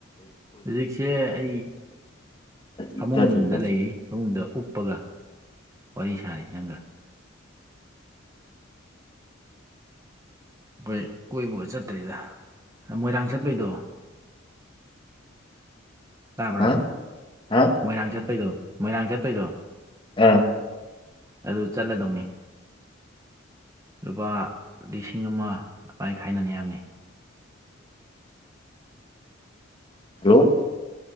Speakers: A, on the right; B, on the left.
A: ꯍꯧꯖꯤꯛꯁꯦ ꯑꯩ ꯐꯃꯨꯡꯗ
B: <unintelligible>
A: ꯂꯩꯔꯤ ꯐꯃꯨꯡꯗ ꯎꯞꯄꯒ ꯋꯥꯔꯤ ꯁꯥꯔꯤ ꯅꯪꯒ ꯑꯩꯈꯣꯏ ꯀꯣꯏꯕꯒ ꯆꯠꯇ꯭ꯔꯤꯗ ꯃꯣꯏꯔꯥꯡ ꯆꯠꯄꯩꯗꯣ ꯇꯥꯕ꯭ꯔꯣ
B: ꯍꯥ ꯍꯥ
A: ꯃꯣꯏꯔꯥꯡ ꯆꯠꯄꯩꯗꯣ ꯃꯣꯏꯔꯥꯡ ꯆꯠꯄꯩꯗꯣ
B: ꯑꯥ
A: ꯑꯗꯨ ꯆꯠꯂꯗꯧꯅꯤ ꯂꯨꯄꯥ ꯂꯤꯁꯤꯡ ꯑꯃ ꯑꯗꯨꯃꯥꯥ ꯈꯥꯏꯅꯅꯤ ꯍꯥꯏꯕꯅꯦ
B: ꯍꯜꯂꯣ